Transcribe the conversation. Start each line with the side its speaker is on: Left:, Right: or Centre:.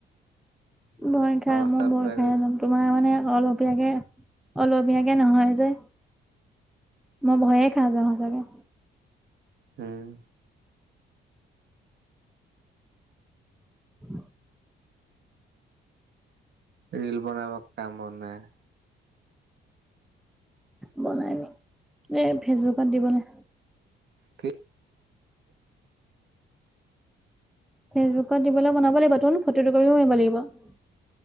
Centre: ভয় খাই
Right: অৱস্থা
Centre: মই ভই
Right: বেয়া
Centre: খাই
Right: কৰি
Centre: যাম তোমাৰ মানে, অলপীয়াকে অলপীয়াকে নহয় যে মই ভয়ে খা যাও সচাকে।
Right: হম।
Centre: অঁ।
Right: ৰীল বনাব কাম ব নাই।
Centre: বনাগে দে ফেচবুকত দিবলৈ।
Right: কি
Centre: ফেচবুকত দিবলৈ বনাব লাগিবতন ফটো কপিও মাৰিব লাগিব।